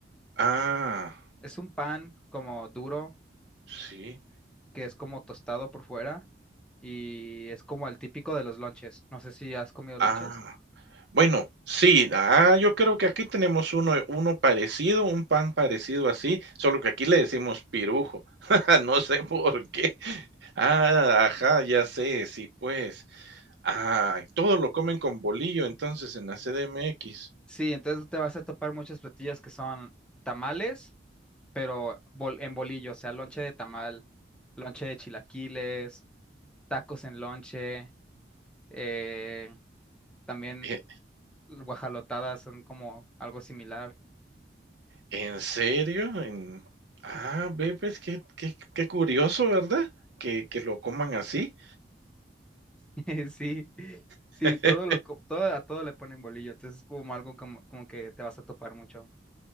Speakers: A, on the right; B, in the centre.
A: Ah,
B: Es un pan como duro,
A: sí.
B: que es como tostado por fuera y es como el típico de los lonches. No sé si has comido lonches.
A: Ah. Bueno, sí, ah, yo creo que aquí tenemos uno eh, uno parecido, un pan parecido así, solo que aquí le decimos pirujo. <laughs> No sé por qué. Ah, ajá, ya sé, sí, pues. Ah, todo lo comen con bolillo, entonces, en la CDMX.
B: Sí, entonces te vas a topar muchos platillos que son tamales, pero bol- en bolillo, o sea, lonche de tamal, lonche de chilaquiles, tacos en lonche, eh, también
A: ¿E
B: guajalotadas son como algo similar.
A: en serio? En ah, ve, pues, qué qué qué curioso, ¿verdad? Que que lo coman así.
B: <laughs> Sí, sí,
A: <laughs>
B: todo lo, co- todo, a todo le ponen bolillo, entonces es como algo como, como que te vas a topar mucho.